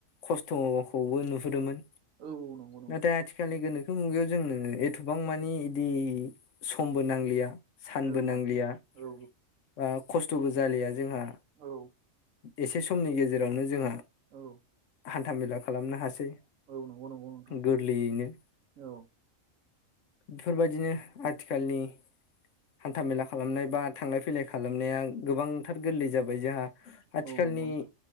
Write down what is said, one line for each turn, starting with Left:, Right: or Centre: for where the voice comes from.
Left: खस्थ' खौबो नुहदोंमोन
Right: औ नंगौ नंगौ
Left: नाथाय आ थिखालनि गोनोखो मुगायाव जोंनो एथबां मानि इदि समबो नांलिया। सानबो
Right: औ
Left: नांलिया
Right: औ
Left: बा खस्थ'बो जालिया जोंहा।
Right: औ
Left: एसे समनि गेजेरावनो जोंहा
Right: औ
Left: हान्थामेला खालामनो हासै
Right: नंगौ नंगौ नोंथां
Left: गोरलैयैनो।
Right: औ
Left: बेफोरबायदिनो आथिखालनि हान्थामेला खालामनाय बा थांलाय फैलाय खालामनाया गोबांथार गोरलै जाबाय जोहा आथिखालनि
Right: औ नंगौ नोंथां